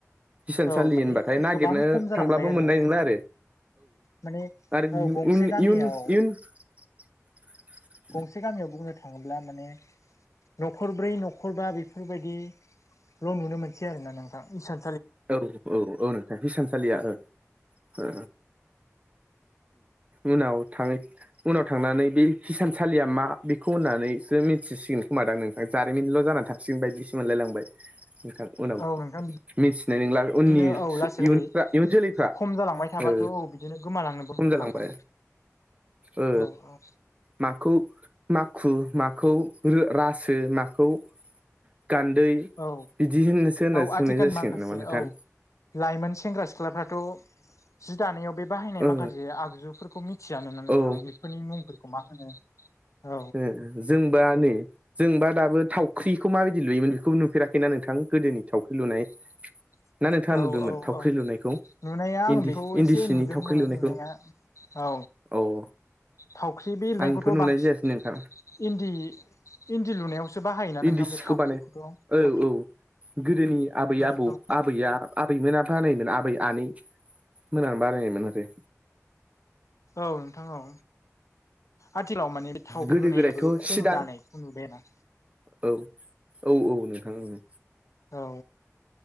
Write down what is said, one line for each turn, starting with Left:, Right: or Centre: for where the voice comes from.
Right: हिसानसालि
Left: औ माने
Right: होनबाथाय नागिर
Left: गोबां
Right: नो
Left: खम जालांबाय
Right: थांबाबो मोननाय
Left: औ
Right: नोला आरो
Left: माने
Right: औ <unintelligible>
Left: गंसे गामियाव
Right: इयुन <inaudible>
Left: गंसे गामियाव बुंनो थाङोब्ला माने न'खरब्रै न'खरबा बेफोरबायदिल नुनो मोनसै आरोना नोंथां हिसान
Right: औ औ औ नोंथां बे हिसान सालिया औ उनाव थाङै उनाव थांनानै बे हिसानसालिया मा बेखौ होननानैसो मिथिसिगोन खोमादां नोंथां जारिमिनल जानानै था सिगोन बायदिसो मोनलायलांबाय नोंथां उनाव
Left: औ नोंथां बि बिदिनो
Right: मिथिनाय नंला उननि
Left: औ लासै
Right: इयुनफ्रा
Left: लासै
Right: इयुन जोलैफ्रा
Left: खम जालांबाय थाबाथ
Right: ओ
Left: औ बिदिनो गोमालांनोबो
Right: खम जालांबाय
Left: हागौ
Right: ओ
Left: औ औ
Right: माखौ माखु माखौ रासो माखौ गान्दै
Left: औ
Right: बिदि होननासो होनना
Left: औ
Right: सोंनाय
Left: आथिखालनि
Right: जासिगोन
Left: माखासे
Right: नामा नोंथां
Left: औ लाइमोन सेंग्रा सिख्लाफ्राथ जि दानायाव बे बाहायनाय
Right: ओ
Left: माखासे आगजुफोरखौ मिथि थियानो नोंथां
Right: औ
Left: बेफोरनि मुंफोरखौ मा होनो औ
Right: उ जोंबा नै जोंबा दाबो थावख्रिखौ माबायदि लुयोमोन बेखौबो नुफेराखैना नोंथां गोदोनि थावख्रि लुनाय
Left: <inaudible>
Right: ना नोंथाङा
Left: औ
Right: नुदोंमोन
Left: औ
Right: थावख्रि
Left: औ
Right: लुनायखौ
Left: नुनाया आं
Right: इन्दि
Left: बेखौ
Right: इन्दि
Left: एसे
Right: सिनि
Left: नुदोंमोन
Right: थावख्रि लुनायखौ
Left: नुनाया औ
Right: अ
Left: थावख्रि बे लुनायखौथ
Right: आंथ' नुनाय
Left: बांसिन
Right: जायासै नोंथां
Left: इन्दि इन्दि लुनायावसो बाहायोना नोंथां
Right: इन्दि
Left: बे
Right: सिखौ
Left: थावख्रिखौथ
Right: बानाय औ
Left: थावख्रि
Right: औ गोदोनि आबै
Left: लुनायखौ
Right: आबौ आब आबैया आबैमोना बानायोमोन आबै आनै मोनानो बानायनायोन आरो
Left: औ नोंथां औ आथिखालाव माने बे थावख्रि
Right: गोदो
Left: लुनायाबो
Right: गोदायथ'
Left: खम
Right: सिदां
Left: जानायखौ नुबाय आरोना
Right: औ औ औ नोंथां औ
Left: औ